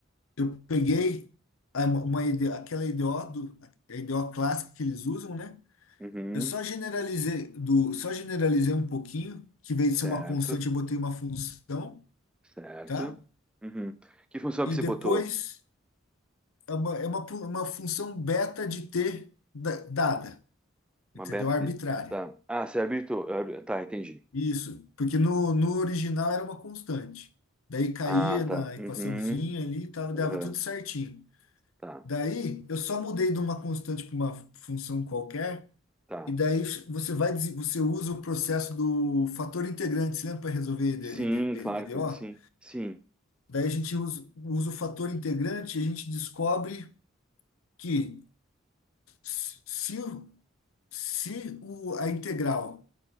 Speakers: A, on the left; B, in the centre.
A: Eu peguei a- uma ideia, aquela IDO do, a IDO clássica que eles usam, né?
B: Uhum,
A: Eu só generalizei do, só generalizei um pouquinho, que em vez
B: certo,
A: de ser uma constante, eu botei uma função,
B: certo.
A: tá?
B: Uhum. Que função
A: E
B: que você
A: depois
B: botou?
A: é uma, é uma, pu- uma função beta de t da- dada,
B: Uma
A: entendeu?
B: beta
A: Arbitrária.
B: de... Tá. Ah, você habilitou. Ah, Tá, entendi.
A: Isso, porque no, no original era uma constante. Daí caía
B: Ah,
A: na
B: tá. Uhum.
A: equaçãozinha ali, tava, dava
B: Aham,
A: tudo certinho.
B: Tá,
A: Daí eu só mudei de uma constante para uma função qualquer,
B: tá.
A: e daí você vai, dese- você usa o processo do fator integrante, você lembra para resolver ED,
B: Sim,
A: ED,
B: claro
A: EDO?
B: que sim. Sim,
A: Daí a gente usa, usa o fator integrante e a gente descobre que se, se o- Se o, a integral